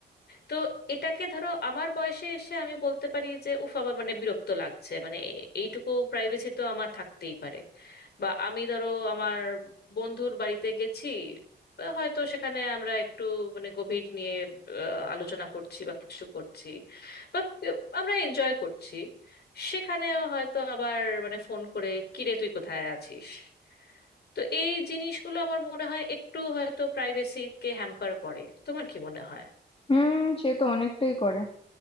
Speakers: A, on the left (about 65°); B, on the left (about 30°).
A: তো এটাকে ধরো আমার বয়সে এসে আমি বলতে পারি যে উফ আমার মানে বিরক্ত লাগছে মানে এইটুকু প্রাইভেসি তো আমার থাকতেই পারে বা আমি ধরো আমার বন্ধুর বাড়িতে গেছি বা হয়তো সেখানে আমরা একটু মানে গভীর নিয়ে আহ, আলোচনা করছি বা কিছু করছি বা আমরা এনজয় করছি সেখানেও হয়তো আবার মানে ফোন করে কিরে তুই কোথায় আছিস তো এই জিনিসগুলো আমার মনে হয় একটু হয়তো প্রাইভেসিকে হ্যাম্পার করে তোমার কি মনে হয়
B: হুম সে তো অনেকটাই করে